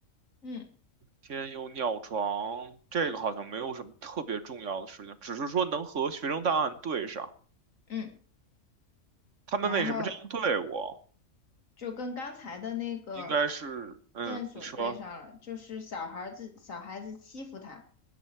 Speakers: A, on the left; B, on the right.
A: 嗯
B: 天佑尿床，这个好像没有什么特别重要的事情，只是说能和学生档案对上。
A: 嗯，
B: 他们为什么这样对我？
A: 然后就跟刚才的那个
B: 应该是，嗯，
A: 线索对上了，
B: 你说，
A: 就是小孩子小孩子欺负他，